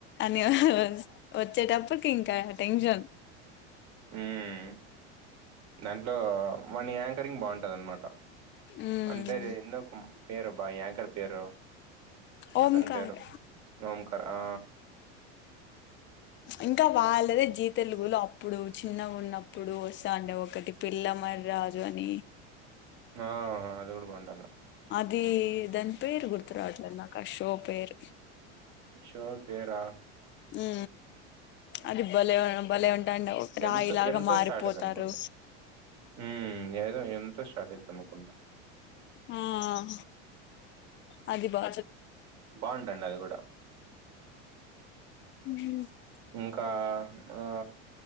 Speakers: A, on the left; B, on the right.
A: అని వచ్చేటప్పటికి ఇంకా టెన్షన్
B: హ్మ్ దాంట్లో మల్లీ యాంకరింగ్ బాగుంటది అన్నమాట
A: ఉమ్
B: అంతేలే ఎందుకు పేరు అబ్బా ఏ యాంకర్ పేరు
A: ఓంకార్
B: అతని పేరు ఓంకర్ ఆ
A: ఇంకా వాళ్ళదే జీ తెలుగులో అప్పుడు చిన్నగా ఉన్నప్పుడు వస్తాండె ఒకటి పిల్లమరి రాజు అని
B: ఆ అది డు బంటను
A: ది దని పేరు గుర్తురాట్ల నాకు ఆ షో పేరు
B: చోర్ పేరా
A: ఉ అది బలె బలె ఉంట రాయిలాగా
B: ఎంతో ఎంతో
A: మారిపోతారు
B: స్టార్ట్ అయిద్దనుకుంటా. హ్మ్. ఏదో ఎంతో స్టార్ట్ అయిద్దనుకుంటా.
A: మ్మ్ అది బా
B: బాగుండండి అది కూడా
A: హ
B: ఇంకా ఆ